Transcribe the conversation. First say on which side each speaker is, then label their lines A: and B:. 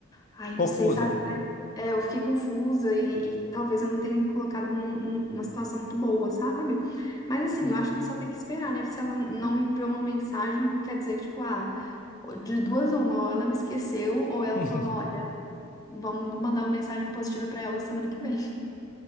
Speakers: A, on the left; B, on the left.
A: ai,
B: Confusa.
A: não sei, sabe? É, eu fiquei confusa e, e talvez eu não tenha me colocado num- numa situação muito boa, sabe? Mas assim,
B: Uhum.
A: eu acho que só tem que esperar, né? Se ela não enviou uma mensagem, quer dizer que, tipo, ah, de duas uma, ou ela me esqueceu, ou ela
B: <laughs>
A: falou, olha, vamos mandar uma mensagem positiva pra ela semana que vem.